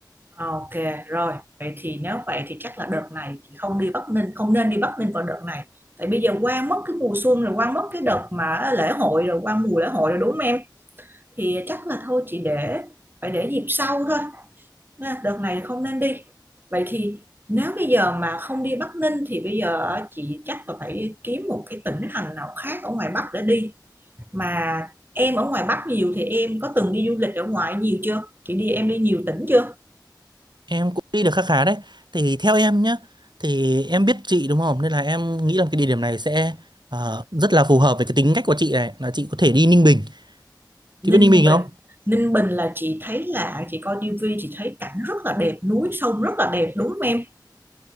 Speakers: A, on the right; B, on the right.
A: Ok rồi vậy thì nếu vậy thì chắc là đợt này chị không đi Bắc Ninh không nên đi Bắc Ninh vào đợt này tại bây giờ qua mất cái mùa xuân rồi qua mất cái đợt mà lễ hội rồi qua mùa lễ hội rồi đúng không em? thì chắc là thôi chị để phải để dịp sau thôi đợt này không nên đi vậy thì nếu bây giờ mà không đi Bắc Ninh thì bây giờ chị chắc là phải kiếm một cái tỉnh thành nào khác ở ngoài Bắc để đi mà em ở ngoài Bắc nhiều thì em có từng đi du lịch ở ngoài nhiều chưa chị đi em đi nhiều tỉnh chưa
B: Em cũng đi được khá khá đấy. Thì theo em nhá, thì em biết chị đúng không? Nên là em nghĩ là cái địa điểm này sẽ ờ, rất là phù hợp với cái tính cách của chị này, là chị có thể đi Ninh Bình.
A: Ninh
B: Chị biết Ninh Bình
A: Bình
B: không?
A: Ninh Bình là chị thấy là chị coi tivi chị thấy cảnh rất là đẹp núi sông rất là đẹp đúng không em